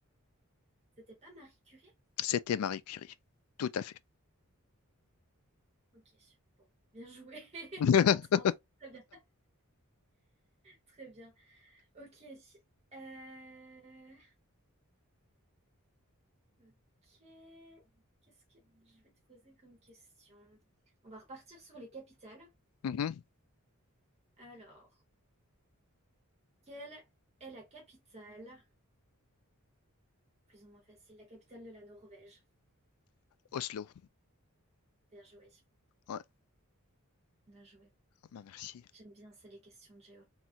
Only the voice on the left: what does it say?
C'était Marie Curie. Tout à fait.
<laughs>
Mhm.
Oslo.
Ouais,
bah merci.